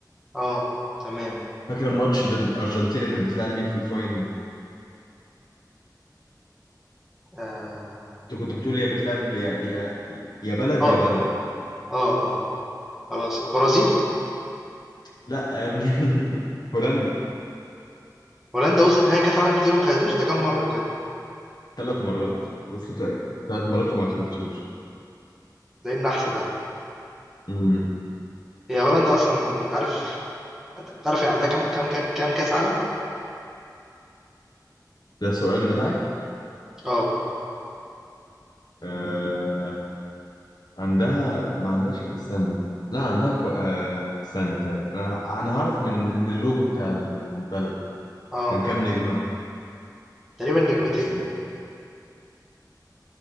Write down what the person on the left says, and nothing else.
فاكر الماتش ضد ارجنتينا كانت بتلعب مين في الفاينل
انت كنت بتقول يا بتلعب يا يا يا بلد
يا بلد
لا يا ابني <laughs> هولندا
ثلاث مرات بس ثلاث مرات وما خدتهوش
امم
ده السؤال بتاعك
آه... عندها ما عندهاش ك- استنى لا عندها كو... آه... استنى ثانية انا انا هعرف من من اللوجو بتاع ال- البلد
كان كام نجمة
آه، استنى